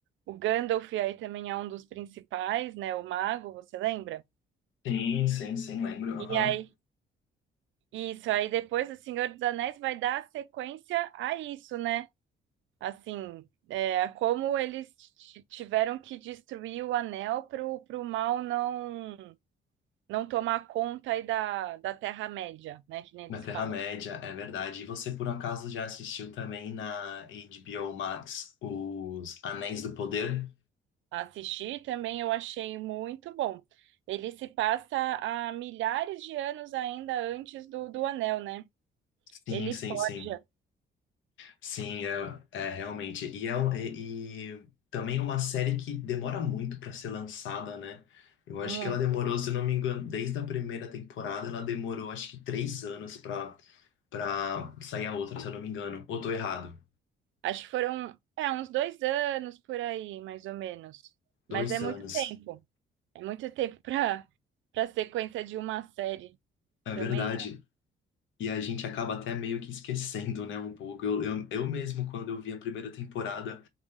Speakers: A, on the right; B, on the left.
A: o Gandalf aí também é um dos principais, né? O mago, você lembra?
B: Sim, sim, sim, lembro. aham.
A: E aí, isso, aí depois o Senhor dos Anéis vai dar sequência a isso, né? Assim, é, a como eles ti- tiveram que destruir o anel para o mal não não tomar conta aí da, da Terra-média, né? Que nem eles
B: Na Terra-média,
A: falam.
B: é verdade. E você, por acaso, já assistiu também na HBO Max Os Anéis do Poder?
A: Assistir também eu achei muito bom. Ele se passa há milhares de anos ainda antes do, do anel, né?
B: Sim,
A: Ele
B: sim,
A: forja.
B: sim. Sim, é, é realmente. E, é, um- e, e também é uma série que demora muito para ser lançada, né? Eu acho
A: muito.
B: que ela demorou, se eu não me engano, desde a primeira temporada, ela demorou acho que três anos para para sair a outra, se eu não me engano. Ou tô errado?
A: Acho que foram, é, uns dois anos por aí, mais ou menos. Mas
B: Dois
A: é muito
B: anos.
A: tempo. É muito tempo para para sequência de uma série.
B: É
A: Também,
B: verdade. E a gente acaba até meio que esquecendo, né, um pouco. Eu, eu, eu mesmo, quando eu vi a primeira temporada